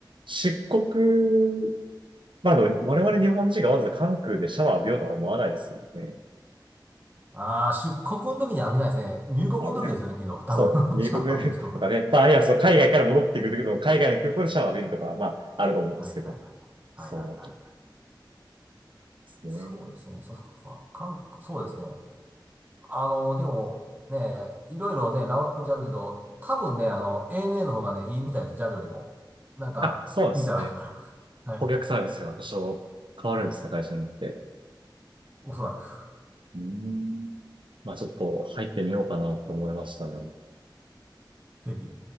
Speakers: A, on the right; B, on the right.
A: 出国、まあでも、我々日本人がわざわざ関空でシャワー浴びようとは思わないですよね。
B: ああ、出国の時には浴びないですね。入国の時ですよね、
A: あのね、
B: 昨日。多分、
A: そう、米国
B: <laughs> シャワー浴びる人が。
A: と <laughs> かね、まあ、あるいはその海外から戻ってくるときの海外の空港でシャワーを浴びるとか、まあ、あると思うんですけど。
B: はいはいはい。はいはいはいはい。
A: そうですね。
B: そうですね。そっか。韓国、そうですね。あの、でもね、いろいろね、ラウンジあるけど、多分ね、あの、ANA の方がね、いいみたいです、JAL よりも。なんか、
A: あ、そうですね。
B: 見たら <laughs> はい。
A: 顧客サービスが多少変わるんですね、会社によって。
B: おそらく、
A: うーん。まあ、ちょっと入ってみようかなと思いましたね。
B: ぜひ。